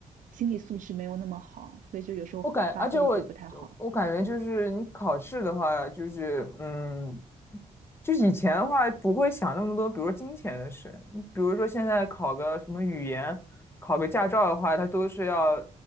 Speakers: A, on the right (about 65°); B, on the left (about 15°).
A: 心理素质没有那么好，所以就有时候发挥就不太好。
B: 我感，而且我我感觉就是你考试的话，就是嗯，就是以前的话不会想那么多，比如说金钱的事，比如说现在考个什么语言，考个驾照的话，它都是要